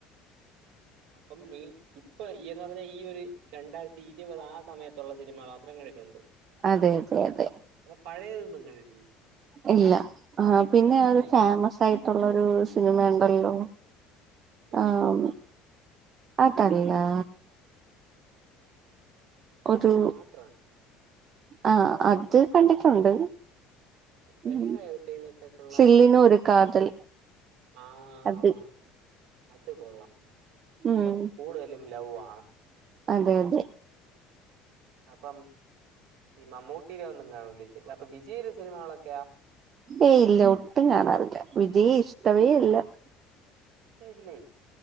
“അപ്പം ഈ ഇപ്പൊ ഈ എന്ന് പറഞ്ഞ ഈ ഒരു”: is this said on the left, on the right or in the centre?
Right